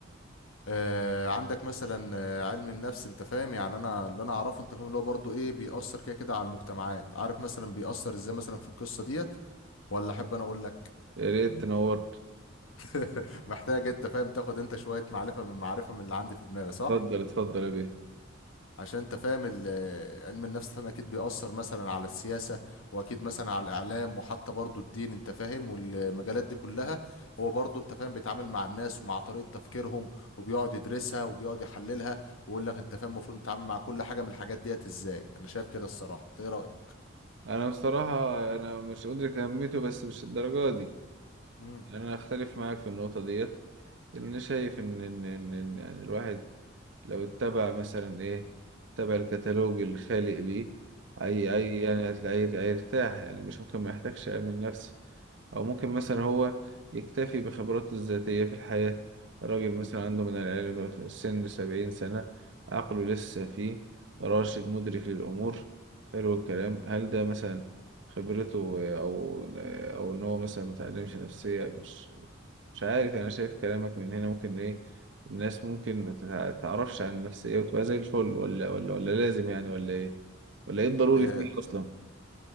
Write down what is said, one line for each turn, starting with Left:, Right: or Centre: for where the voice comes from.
Left: آه عندك مثلا آه، علم النفس انت فاهم يعني انا اللي انا اعرفه انت فاهم اللي هو برضه ايه بيأثر كده كده على المجتمعات عارف مثلا بيأثر ازاي مثلا في القصه ديت ولا احب انا اقول لك
Right: يا ريت تنورت
Left: <laughs> محتاج انت فاهم تاخد انت شويه معرفه من معرفه من اللي عندي في دماغي صح
Right: اتفضل اتفضل يا بيه
Left: عشان انت فاهم ال- علم النفس فاهم اكيد بيأثر مثلا على السياسة واكيد مثلا على الاعلام وحتى برضو الدين انت فاهم والمجالات دي كلها هو برضو انت فاهم بيتعامل مع الناس ومع طريقة تفكيرهم وبيقعد يدرسها وبيقعد يحللها ويقول لك انت فاهم المفروض تتعامل مع كل حاجة من الحاجات ديت ازاي انا شايف كده الصراحة انت ايه رأيك
Right: انا بصراحة انا مش أدرك اهميته بس مش الدرجة دي
Left: مم.
Right: يعني انا اختلف معاك في النقطة ديت لان انا شايف ان ان ان إن يعني الواحد لو اتبع مثلا ايه اتبع الكتالوج الخالق ليه اي
Left: مم.
Right: اي يعني هتلاقيه هيرتاح يعني مش ممكن ما يحتاجش علم النفس أو ممكن مثلا هو يكتفي بخبراته الذاتية في الحياة راجل
Left: مم.
Right: مثلا عنده من العلم سن سبعين سنة عقله لسه فيه راشد مدرك للأمور حلو الكلام هل ده مثلا خبرته أو أو إن هو مثلا متعلمش نفسية مش مش عارف أنا شايف كلامك من هنا ممكن إيه الناس ممكن ما تتع- تعرفش عن النفسية وتبقى زي الفل ولا ولا ولا لازم يعني ولا إيه ولا إيه الضروري
Left: تمام
Right: فيه أصلا